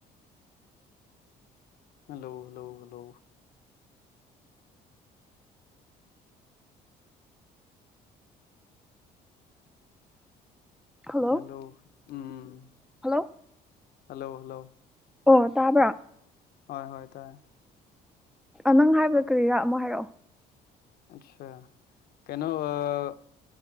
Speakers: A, on the left; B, in the centre.
A: hello hello hello
B: hello
A: hello ꯎꯝ
B: ꯍꯜꯂꯣ
A: ꯍꯜꯂꯣ ꯍꯜꯂꯣ
B: ꯑꯣ ꯇꯥꯕ꯭ꯔꯥ
A: ꯍꯣꯏ ꯍꯣꯏ ꯇꯥꯏ
B: ꯅꯪ ꯍꯥꯏꯕ ꯀꯔꯤꯔ ꯑꯃꯣ ꯍꯥꯏꯔꯑꯣ
A: ꯑꯆꯥꯥ ꯀꯩꯅꯣ ꯑꯥ